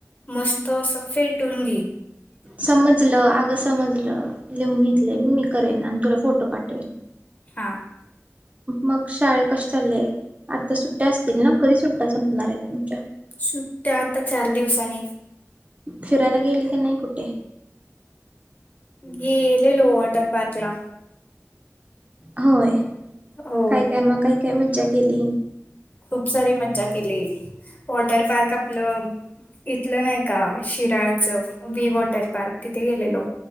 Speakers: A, on the left (about 30°); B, on the right (about 25°).
A: मस्त सफेद टुंगी
B: समजलं अगं समजलं लिहून घेतलंय मी मी करेन आणि तुला फोटो पाठवेन
A: हा
B: मग शाळे कसे चालले आता सुट्ट्या असतील ना कधी सुट्ट्या संपणार आहेत तुमच्या
A: सुट्ट्या आता चार दिवसांनी
B: फिरायला गेल का नाही कुठे
A: गेले लो वाटर पाकलाम
B: होय
A: हो
B: काय काय मग काय काय मजा केली
A: खूप सारी मज्जा केली वॉटर पार्क आपलं इथलं नाही का शिराळचं वी वॉटर पार्क तिथे गेलेलो